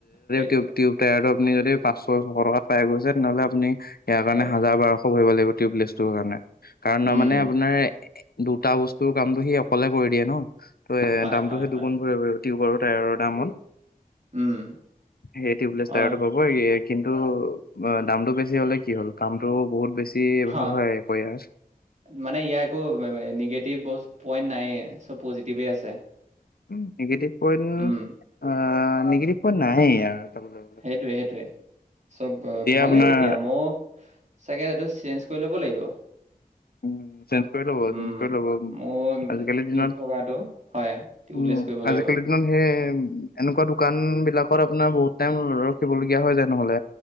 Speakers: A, on the right (about 50°); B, on the left (about 85°).
A: সেইটোৱে
B: টিউব টিউব টায়াৰটো আপুনি যদি পাঁচশ ছয়শ টকাত পাই গৈছে, তেনেহ'লে আপুনি ইয়াৰ কাৰণে
A: হয়,
B: হাজাৰ বাৰশ ভৰিব লাগিব। টিউবলেছটোৰ কাৰণে। কাৰণ
A: উম,
B: মানে আপোনাৰ দুটা বস্তুৰ কামটো সি অকলে কৰি দিয়ে ন ত এ
A: হয়,
B: দামতটো
A: হয়,
B: সেই
A: হয়,
B: দুগুণ ভৰিব লাগিব। টিউব আৰু টায়াৰৰ দামত
A: উম,
B: সেই টিউবলেছ
A: অ,
B: টায়াৰটো হব' কিন্তু অ দামতটো বেছি হ'লে কি হ'ল কামতটো বহুত বেছি
A: হ,
B: ভাল হয়। আকৌ ইয়াৰ
A: মানে ইয়াৰ একো নিগেটিভ ব পইণ্ট নাই চব পজিটিভেই আছে।
B: উ negative point
A: um,
B: ah negative point নাই আৰু ত।
A: সেইটোৱে সেইটোৱে চব ভালেই
B: আপোনাৰ
A: তেতিয়া মইও চাগে এইটো চেঞ্জ কৰি ল'ব লাগিব।
B: উম। চেঞ্চ কৰি ল'ব
A: উম,
B: চেঞ্চ কৰি ল'ব
A: মোৰ
B: আজিকালি
A: টিউব
B: দিনত
A: থকাটো হয়, টিউবলেছ
B: উম
A: কৰিব লাগিব।
B: আজিকালি সেই এনেকুৱা দোকান বিলাকত আপোনাৰ বহুত টাইম ৰখিব লগীয়া হয় যায় নহলে।